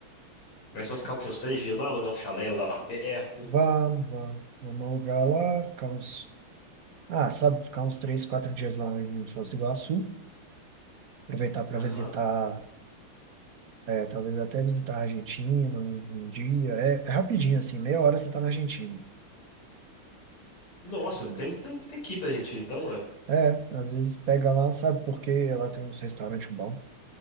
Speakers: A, on the left; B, on the right.
A: Mas vão ficar
B: não.
A: o quê? Uns três dias lá, alugar um chalé lá perto.
B: Vamos, vamos. Vamos alugar lá, ficar uns. Ah, sabe, ficar uns três, quatro dias lá em Foz do Iguaçu. Aproveitar para
A: Aham.
B: visitar, é, talvez até visitar a Argentina um, um dia. É, é rapidinho, assim, meia hora você tá na Argentina.
A: Nossa,
B: né?
A: tem, tem, tem que ir pra Argentina, então, uai.
B: É, às vezes pega lá, sabe, porque lá tem uns restaurantes bons,